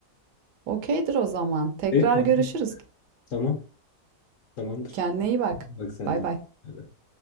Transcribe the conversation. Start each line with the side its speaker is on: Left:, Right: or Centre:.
Right: Okeydir o zaman. Tekrar
Left: E, anlaştık.
Right: görüşürüz.
Left: tamam. Tamamdır.
Right: Kendine iyi bak.
Left: Bak sen
Right: Bay
Left: de.
Right: bay.
Left: Bay bay.